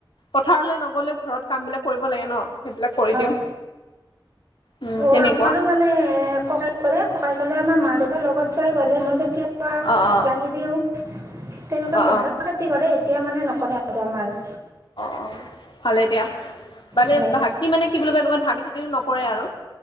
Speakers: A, on the left; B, on the right.
A: পথাৰলৈ নগ'লেও ঘৰত কাম বিলাক কৰিব লাগে ন! সেইবিলাক কৰি
B: হয়।
A: দিওঁ উম
B: অ'
A: তেনেকুৱা
B: আমাৰো মানে ককাই কৰে ককাই আমাৰ মা দেউতাৰ লগত যাই গ'লে মই কেতিয়া
A: অ অ
B: লাগি দিও তেনেকুৱা
A: অ অ
B: বেহাৰৰ খেতি কৰে তেতিয়া মানে নকৰে আৰু আমাৰ
A: অ অ ভালে দিয়া মানে
B: হয়
A: ভাক মানে কি বুলি কয় এনেকুৱা ধান খেতি খেতি নকৰে আৰু